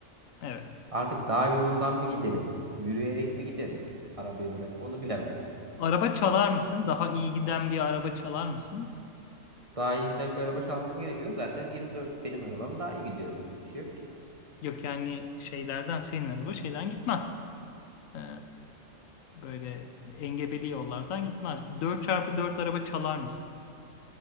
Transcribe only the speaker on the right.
Artık dağ yolundan mı giderim? Yürüyerek mi giderim? Arabayı bırakıp onu bilemem.
Daha iyi giden bir araba çalmam gerekiyor. Zaten 24 benim arabam daha iyi gidiyor. Bir bir şey yok ki.